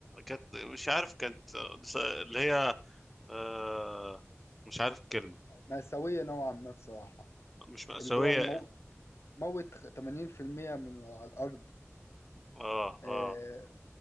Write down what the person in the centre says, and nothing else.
كانت مش عارف كانت آه، بس- اللي هي آه مش عارف الكلمة
مش مأساوية
اه
اه